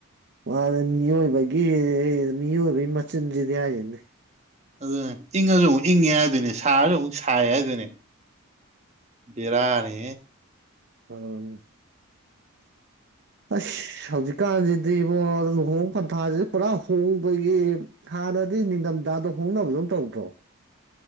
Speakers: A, on the right; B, on the right.
A: ꯋꯥꯗ ꯃꯤ ꯑꯣꯏꯕꯒꯤ ꯃꯤ ꯑꯣꯏꯕꯒꯤ ꯃꯆꯤꯟꯁꯤꯗꯤ ꯍꯥꯏꯖꯅꯤ
B: ꯑꯗꯨꯅꯦ ꯏꯪꯉꯁꯨ ꯑꯃꯨꯛ ꯏꯪꯉꯦ ꯍꯥꯏꯗꯨꯣꯏꯅꯦ ꯁꯥꯁꯨ ꯑꯃꯨꯛ ꯁꯥꯏꯦ ꯍꯥꯏꯗꯣꯏꯅꯦ ꯕꯤꯔꯥꯅꯤ
A: ꯎꯝ ꯑꯁ ꯍꯧꯖꯤꯛꯀꯥꯟꯁꯤꯗꯤꯕꯣ ꯂꯨꯍꯣꯡ ꯄꯟꯊꯥꯁꯤ ꯄꯨꯔꯥ ꯍꯣꯡꯕꯒꯤ ꯍꯥꯟꯅꯗꯤ ꯅꯤꯡꯊꯝꯊꯥꯗ ꯍꯣꯡꯅꯕ ꯑꯗꯨꯝ ꯇꯧꯗ꯭ꯔꯣ